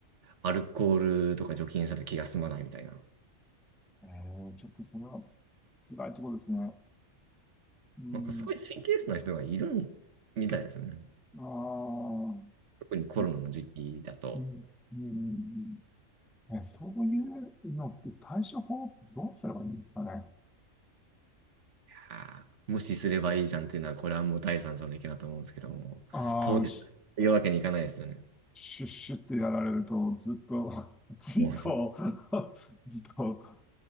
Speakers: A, on the right (about 65°); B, in the centre.
A: アルコールとか除菌したら気が済まないみたいな。
B: えー、ちょっとそれは辛いところですね。うん、
A: なんかすごい神経質な人がいるみたいですよね。
B: ああ、
A: 特にコロナの時期だと、
B: え、うん、うん、うんうんえ、そういうのって対処法どうすればいいんですかね。
A: あー無視すればいいじゃんっていうのは、これはもう第三者の意見だと思うんですけども、
B: ああ、
A: 当日、
B: シ
A: 言うわけにいかないですよね。
B: ュッシュッってやられると、ずっと、<laughs> じっと、
A: もう、
B: <laughs> じっと我